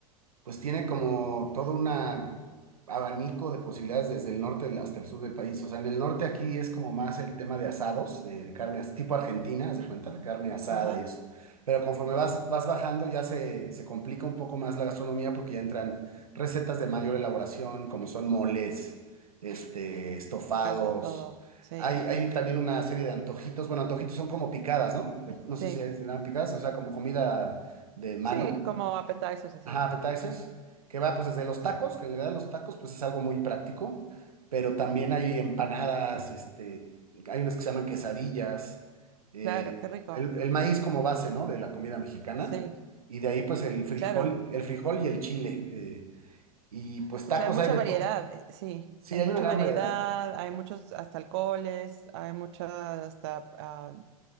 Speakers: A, on the right; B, on the right.
A: pues tiene como todo un abanico de posibilidades desde el norte hasta el sur del país. O sea, en el norte aquí es como más el tema de asados, de, de carne as- tipo argentina, haz de cuenta, de carne asada
B: ajá,
A: y eso. Pero conforme vas, vas bajando ya se, se complica un poco más la gastronomía porque ya entran recetas de mayor elaboración, como son moles, este, estofados.
B: me encanta todo. Sí,
A: Hay, hay también una serie de antojitos. Bueno, antojitos son como picadas, ¿no? No
B: sí,
A: sé si se llaman picadas, o sea, como comida de mano,
B: sí, como appetizers así.
A: Ajá, appetizers, que va pues desde los tacos, que en realidad los tacos pues es algo muy práctico, pero también hay empanadas, este, hay unas que se llaman quesadillas, eh,
B: Claro, qué rico.
A: el, el maíz como base, ¿no? De la comida mexicana,
B: Sí,
A: y de ahí pues el frijol,
B: claro.
A: el frijol y el chile, eh, y pues
B: O
A: tacos
B: sea, hay mucha
A: hay de
B: variedad,
A: todo.
B: eh, sí.
A: Sí,
B: Es
A: hay
B: mucha
A: una gran
B: variedad,
A: variedad.
B: hay muchos hasta alcoholes, hay muchas hasta, ah,